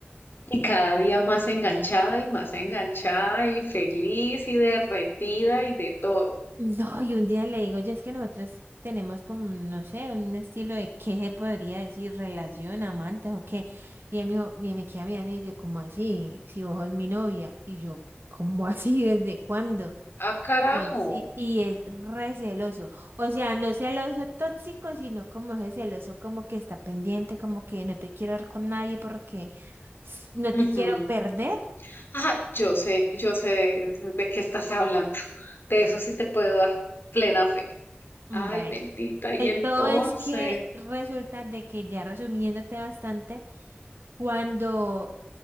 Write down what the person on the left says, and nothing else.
y cada día más enganchada y más enganchada y feliz y derretida y de todo.
Ah, carajo.
Ujú.
Ajá, yo sé, yo sé de qué estás hablando. De eso sí te puedo dar plena fe.
Ay, bendita. Y
entonces,